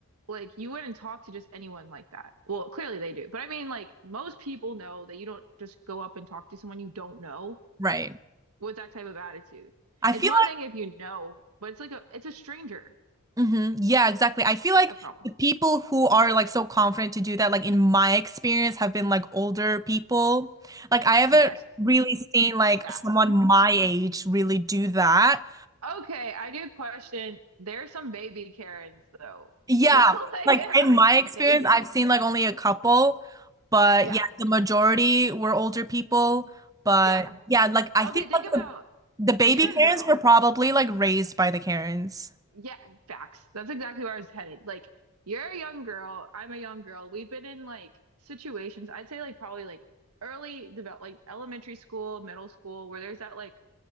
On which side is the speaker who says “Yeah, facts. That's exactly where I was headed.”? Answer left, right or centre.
Right